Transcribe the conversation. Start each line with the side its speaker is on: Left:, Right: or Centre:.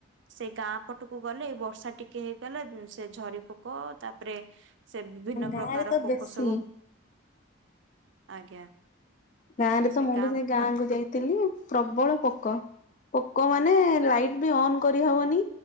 Right: ସେ ଗାଁ ପଟକୁ ଗଲେ ଏଇ ବର୍ଷା ଟିକେ ହେଇଗଲେ ସେ ଝରି ପୋକ ତାପରେ ସେ ବିଭିନ୍ନ
Left: ଗାଁ
Right: ପ୍ରକାର
Left: ରେ ତ
Right: ପୋକ
Left: ବେଶୀ
Right: ସବୁ ଆଜ୍ଞା।
Left: ଗାଁ ରେ ତ
Right: ସେ
Left: ମୁଁ
Right: ଗାଁ
Left: ବି ସେଇ ଗାଁକୁ
Right: ପାଖ
Left: ଯାଇଥିଲି ପ୍ରବଳ ପୋକ। ପୋକ ମାନେ ଲାଇଟ ବି ଅନ୍ କରିହବନି